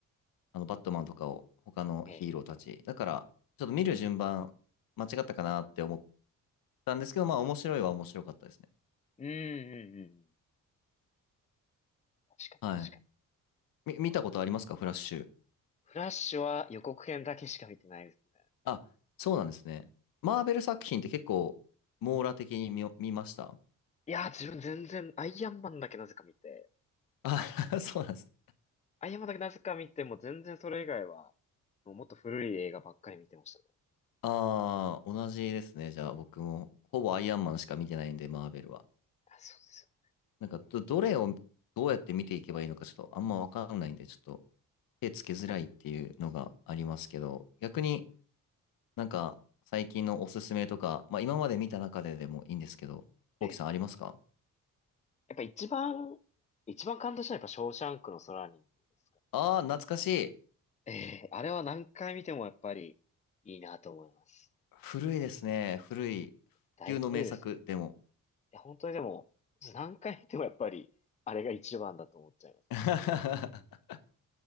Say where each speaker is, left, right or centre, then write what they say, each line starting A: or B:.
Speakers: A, on the left; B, on the left.
A: あの、バットマンとかを、他のヒーローたち。
B: ええ。
A: だから、ちょっと見る順番、間違ったかなって思ったんですけど、まあ、面白いは面白かったですね。
B: うんうんうん。確かに確かに。
A: はい。み、見たことありますかフラッシュ。
B: フラッシュは予告編だけしか見てないですね。
A: あ、そうなんですね。マーベル作品って結構、網羅的に見見ました
B: いやー、自分全然、アイアンマンだけなぜか見て、
A: あ、<laughs> そうなんですね。
B: アイアンマンだけなぜか見て、もう全然それ以外は、もうもっと古い映画ばっかり見てましたね。
A: ああ、同じですね。じゃあ、僕も、ほぼアイアンマンしか見てないんで、マーベルは。
B: あ、そうです
A: なんかど、どれをどうやって見ていけばいいのか、ちょっとあんまわかんないんで、ちょっと手つけづらいっていうのがありますけど、
B: よね。
A: 逆になんか最近のおすすめとか、まあ今まで見た中ででもいいんですけど、
B: ええ。
A: こうきさんありますか
B: やっぱ一番、一番感動したのはやっぱショーシャンクの空にですかね
A: ああー、懐かしい。
B: ええあれは何回見てもやっぱりいいなと思います。
A: 古いですね。古い。
B: だいぶ古いですね。
A: 不朽の名作でも。
B: いや、本当にでも、何回見てもやっぱり、あれが一番だと思っちゃいますね。
A: <laughs>